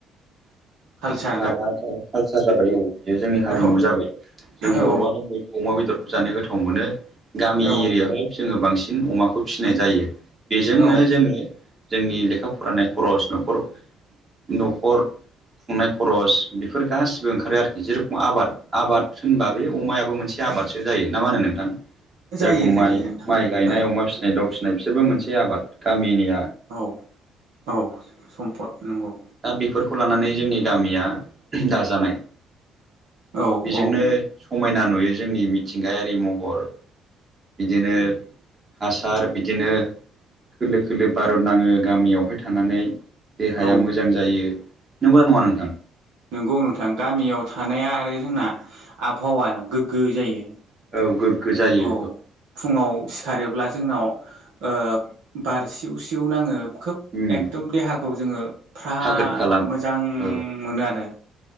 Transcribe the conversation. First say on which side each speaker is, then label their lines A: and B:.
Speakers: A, on the right; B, on the right.
A: खालसा
B: माबा जाबाय कालसार जाबाय औ बियो जोंनि हारिमु
A: औ
B: जाबाय जों
A: औ
B: बर'आनो बयबो अमा बेदर जानो गोथाव मोनो गामि
A: औ
B: एरियायावहाय जोङो बांसिन अमाखौ फिसिनाय जायो बेजोंनो
A: औ
B: जोङो जोंनि लेखा फरायनाय खरस न'खर न'खर खुंनाय खरस बेफोर गासिबो ओंखारो आरोखि जे रखम आबाद आबाद होनबा बे अमायाबो मोनसे आबाद जायो नामा होनो नोंथां जे
A: जायो
B: रखम
A: जायो
B: माइ
A: नोंथां
B: माइ गायनाय
A: औ
B: अमा फिसिनाय दाउ फिसिनाय बिसोरबो मोनसे आबाद गामिनि
A: औ-औ सम्पद नंगौ
B: दा बेफोरखौ लानानै जोंनि गामिया दाजानाय
A: औ
B: बेजोंनो
A: औ
B: समायना नुयो जोंनि मिथिंगायारि महर बिदिनो हासार बिदिनो खोलो खोलो बार' नाङो गामियावहाय थानानै देहाया
A: औ
B: मोजां जायो नंगौना नङा नोंथां
A: नोंगौ नोंथां गामियाव थानाया आरो जोंना आबहावाया गोग्गो जायो
B: औ गोग्गो जायो
A: औ फुङाव सिखारोब्ला जोंनाव ओ बार सिउ सिउ नाङो खोब
B: उम
A: एकदम देहाखौ जोङो फ्राद
B: थागोद खालामो
A: मोजां
B: औ
A: मोनो आरो